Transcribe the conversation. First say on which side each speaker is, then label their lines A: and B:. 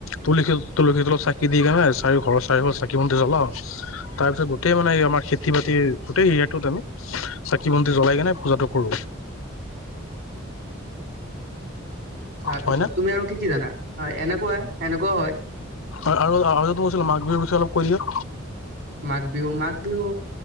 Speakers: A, on the left (about 80°); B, on the right (about 60°).
A: তুলসী তুলসী তলত চাকি দি কনে চাৰি ঘৰ চাৰি ফালে চাকি বন্তি জলাও তাৰ পিছত গোটেই মানে ন আমাৰ খেতি বাতি গোটেই এৰিয়াটো আমি চাকি বন্তি জ্বলাই। কেনে পূজাটো কৰো।
B: তাৰ
A: হয়
B: পিছত
A: নে
B: তুমি আৰু কি কি জানা। হয় এনেকুৱা এনেকুৱাও হয়
A: আৰু হৈছিল মাঘ বিহুৰ বুলি অলপ ক দিয়া
B: মাঘ বিহু মাঘ বিহু